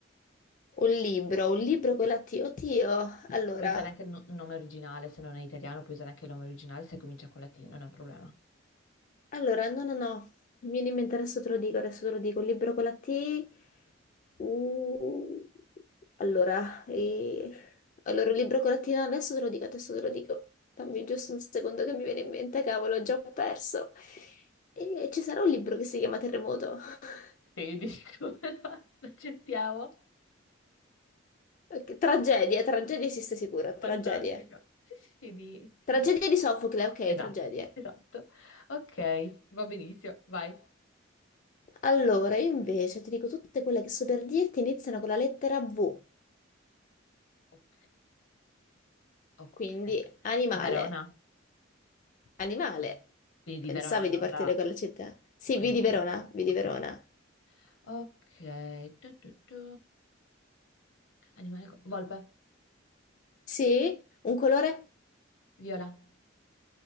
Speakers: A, on the left; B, on the left.
A: un libro, un libro con la T. Oddio, allora,
B: puoi usare anche il no- nome originale, se non è italiano puoi usare anche il nome originale se comincia con la T, non è un problema.
A: allora, no, no, no, mi viene in mente, adesso te lo dico, adesso te lo dico, un libro con la T, uh, allora, e- allora, un libro con la T, no, adesso te lo dico, adesso te lo dico, dammi giusto un secondo che mi viene in mente, cavolo, ho già perso. E ci sarà un libro che si chiama Terremoto. <laughs>
B: Sì, dico, <laughs> l'accettiamo.
A: Ok, Tragedie, tragedie esiste sicuro, tragedie.
B: Fantastica. Sì, sì, sì, di... chi
A: Tragedie
B: è che-
A: di Sofocle, ok,
B: Esatto,
A: tragedie.
B: esatto. Ok, va benissimo, vai.
A: Allora, io invece ti dico tutte quelle che so per dirti iniziano con la lettera V,
B: Ok, ok.
A: quindi animale.
B: Di Verona?
A: Animale.
B: Quindi di
A: Pensavi
B: Verona, non
A: di partire
B: la...
A: con la città? Sì,
B: Ok,
A: V
B: ok,
A: di Verona, V di
B: ok.
A: Verona.
B: Ok, tu, tu, tu. Animale... co- Volpe,
A: Sì, un colore,
B: viola,